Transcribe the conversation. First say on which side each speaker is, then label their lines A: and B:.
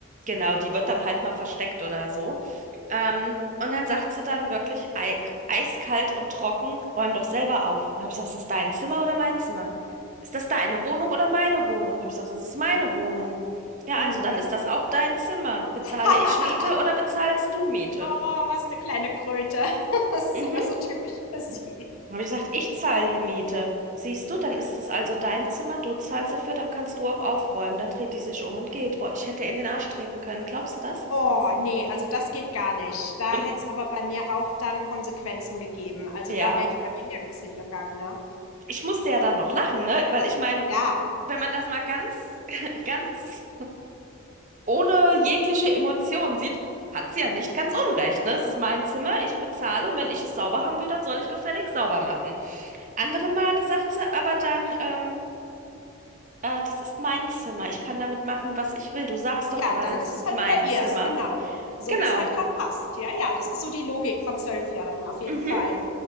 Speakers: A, on the right; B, on the left.
A: Genau, die wird dann halt mal versteckt oder so. Ähm, und dann sagt sie dann wirklich ei eiskalt und trocken, räum doch selber auf. Und habe ich gesagt, ist das dein Zimmer oder mein Zimmer? ist das deine Wohnung oder meine Wohnung? Habe ich gesagt, das ist meine Wohnung. Ja,
B: Mhm.
A: also dann ist das auch dein Zimmer. Bezahle
B: <laughs>
A: ich Miete oder bezahlst du Miete?
B: Oh, was eine kleine Kröte. <laughs> Das ist
A: Mhm.
B: aber so typisch für sie.
A: Habe ich gesagt, ich zahle die Miete. Siehst du, dann ist es also dein Zimmer, du zahlst dafür, dann kannst du auch aufräumen. Dann dreht die sich um und geht. Boah, ich hätte in den Arsch treten können, glaubst du das?
B: Oh, nee, also das geht gar nicht. Da
A: Und
B: hätte es aber bei mir auch dann Konsequenzen gegeben. Also,
A: ja,
B: da wäre die bei mir nirgends hingegangen, ne?
A: ich musste ja dann noch lachen, ne? Weil ich meine,
B: Ja,
A: wenn man das mal ganz, <laughs> ganz ohne jegliche Emotion sieht, hat sie ja nicht ganz unrecht, ne? Es ist mein Zimmer, ich bezahle und wenn ich es sauber haben will, dann soll ich gefälligst sauber machen. Andere Male sagt sie aber dann,
B: ja.
A: ähm, äh, das ist mein Zimmer, ich kann damit machen, was ich will. Du sagst doch
B: Ja,
A: immer,
B: dann
A: das
B: ist
A: ist
B: es halt
A: mein
B: wieder ihrs,
A: Zimmer.
B: genau. So
A: Genau.
B: wie es halt gerade passt. Ja, ja, das ist so die Logik von Zwölfjährigen, auf jeden
A: Mhm.
B: Fall.